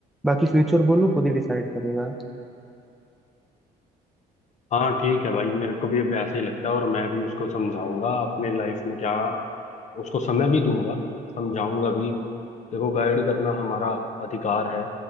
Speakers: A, in the centre; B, on the left.
A: बाकी फ्यूचर गोल वो खुद ही डिसाइड करेगा
B: हाँ ठीक है भाई मेरे को भी अब ऐसे ही लगता है और मैं भी उसको समझाऊंगा अपने लाइफ में क्या उसको समय भी दूंगा समझाऊंगा भी देखो गाइड करना हमारा अधिकार है